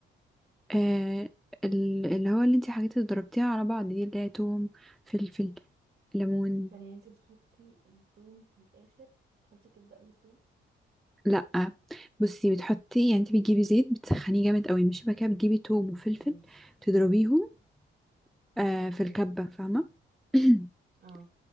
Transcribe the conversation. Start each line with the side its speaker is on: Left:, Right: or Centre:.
Centre: آه ال- اللي هو اللي انتي حاجات اللي ضربتيها على بعض دي اللي هي توم فلفل ليمون
Right: ثانية انتي بتحطي التوم في الآخر بتحطي كبدة قبل التوم
Centre: لأ بصي بتحطي يعني انتي بتجيبي زيت بتسخنيه جامد قوي مش بقى كده بتجيبي توم وفلفل
Right: ماشي
Centre: تضربيهم آه في
Right: امم
Centre: الكبة فاهمة <coughs> <clears throat>
Right: اه